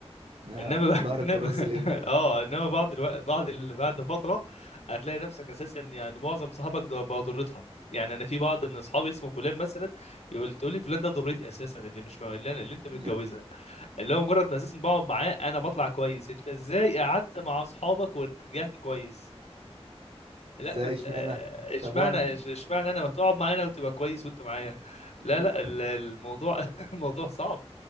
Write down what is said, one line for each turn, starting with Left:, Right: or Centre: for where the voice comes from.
Right: آه
Left: انما بقى
Right: ظهر
Left: انما
Right: الكراسة الاملا
Left: <laughs> اه انما بعض الوقت بعض ال... بعد فتره هتلاقي نفسك اساسا يعني معظم صحابك ده بقوا ضرتها يعني انا في بعض من اصحابي اسمه فلان مثلا يقول تقول لي فلان ده ضرتي اساسا اللي مش م- اللي, أنا... اللي انت متجوزها
Right: ده
Left: اللي هو مجرد ما اساسا بقعد معاه انا بطلع كويس انت ازاي قعدت مع اصحابك ورجعت كويس لا
Right: ازاي
Left: ما انت
Right: اشمعنى
Left: آه، اشمعنى
Right: طب وانا
Left: اشمعنى انا ما تقعد معانا وتبقى كويس وانت معايا
Right: <laughs>
Left: لا لا ال- الموضوع <laughs> الموضوع صعب